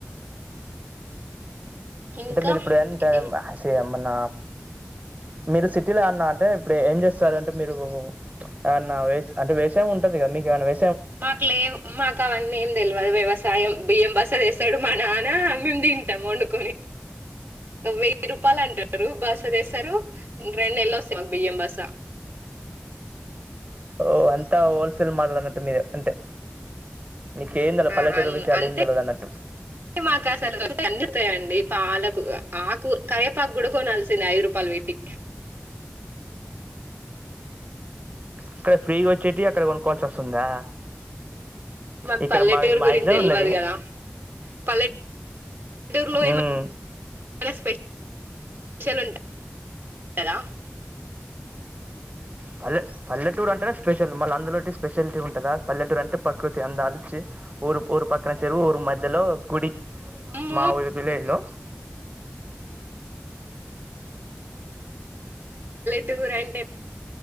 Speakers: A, on the right (about 55°); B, on the right (about 40°).
A: ఇంకా
B: అంటే మీరు ఇప్పుడు ఏంట
A: ఏ-
B: మన మీరు సిటీలో అన్న అంటే ఇప్పుడు ఏం చేస్తారు అంటే మీరు అన్నా వే అంటే వేసే ఉంటది కదా మీకు ఏమైన్నా వే
A: మాకు లే మాకు అవన్నీ ఏం తెలియదు వ్యవసాయం బియ్యం బస చేస్తాడు మన మేము తింటాం వండుకొని వెయ్యి రూపాయలు అంటారు బస్ ారు రెండు నెల్ల వస్త మాకు బియ్యం బస
B: ఓ అంతా హోల్సేల్ మలనటు మద అంటే మీకు ఏం తెలదు
A: ఆ
B: పల్లెటూరు
A: అ
B: విషయాలు
A: అంతే
B: ఏం తెలవదు అన్నట్టు
A: మాకా అందుతాయండిల ఆకు కయేపాకు గుడ కొనాల్సింది ఐదు రూపాయలు పెట్టి
B: ఇక్కడ ఫ్రీగా వచ్చేటి అక్కడ కొనుక్కోవాల్సి వస్తుందా
A: మాకు
B: ఇక్కడ
A: పల్లెటూరు
B: మా మా
A: గురించి
B: ఇంట్లో
A: తెలివదు
B: ఉన్నది
A: కదా పల్లెటూ పల్లెటూరులో చాల
B: మ్మ్
A: స్పెషల్ంటాయి కదా
B: పల్లె పల్లెటూరు అంటేనే స్పెషల్ మళ్ళీ అందులో స్పెషాలిటీ ఉంటుందా పల్లెటూరు అంటే ప్రకృతి అందచి ఊరు ఇక్కన చెరువు మధ్యలో గుడి
A: అమ్మో
B: మా ఊరు విలేజ్లో
A: టూర్ అంటే